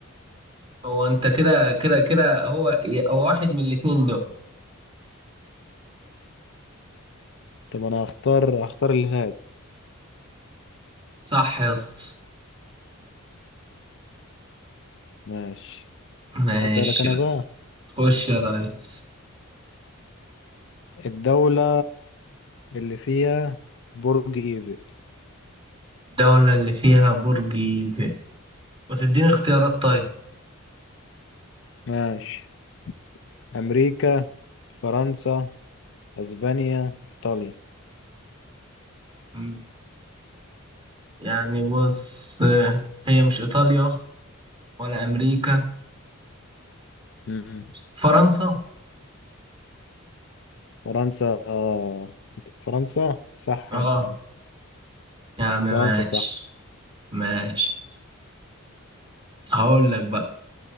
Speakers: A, on the right; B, on the left.
A: هو انت كده كده كده هو ي- هو واحد من الاتنين دول
B: طب انا هختار هختار الهادي
A: صح يا اسطى
B: ماشي
A: ماشي
B: هسألك أنا بقى
A: خش يا ريس
B: الدولة اللي فيها برج إيفل
A: الدولة اللي فيها برج ايفل وتديني اختيارات طيب
B: ماشي أمريكا فرنسا أسبانيا إيطاليا
A: مم. يعني بص آه، هي مش ايطاليا ولا امريكا
B: مم.
A: فرنسا
B: فرنسا آه. فرنسا صح
A: اه
B: يعني
A: يا عم ماشي
B: فرنسا صح
A: ماشي هقول لك بقى